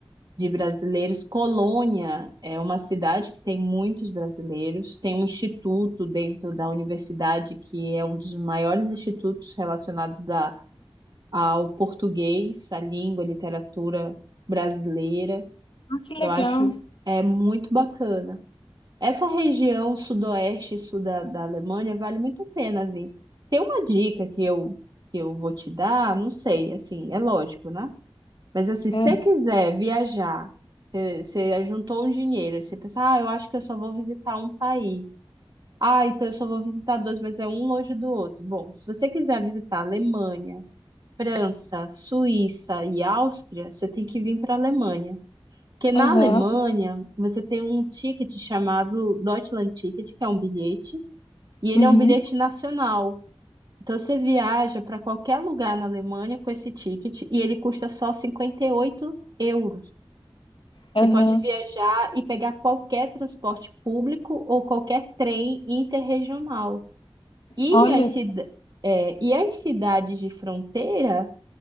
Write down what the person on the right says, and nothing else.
de brasileiros. Colônia é uma cidade que tem muitos brasileiros, tem um instituto dentro da universidade que é um dos maiores institutos relacionados a, ao português, à língua, à literatura brasileira.
Eu acho é muito bacana. Essa região sudoeste e sul da, da Alemanha vale muito a pena vir. Tem uma dica que eu, que eu vou te dar, não sei, assim, é lógico, né? Mas assim,
se você quiser viajar, você você juntou um dinheiro, aí você pensa, ah, eu acho que eu só vou visitar um país. Ah, então eu só vou visitar dois, mas é um longe do outro. Bom, se você quiser visitar Alemanha, França, Suíça e Áustria, você tem que vir para a Alemanha. Porque na
Alemanha, você tem um ticket chamado Deutschland Ticket, que é um bilhete, e ele
é um bilhete nacional. Então você viaja para qualquer lugar na Alemanha com esse ticket e ele custa só 58 euros.
Você pode viajar e pegar qualquer transporte público ou qualquer trem interregional. E
as, cida-
é, e as cidades de fronteira